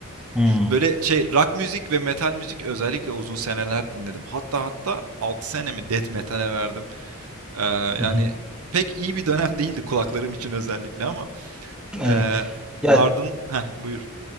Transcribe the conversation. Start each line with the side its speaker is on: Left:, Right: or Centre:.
Centre: Hmm.
Right: Böyle şey rock müzik ve metal müzik özellikle uzun seneler dinledim. Hatta hatta 6 senemi death metal'e verdim. Ee, yani
Centre: Hı hı.
Right: pek iyi bir dönem <laughs> değildi kulaklarım için özellikle ama
Centre: Evet.
Right: ee,
Centre: Ya
Right: ardın heh, buyur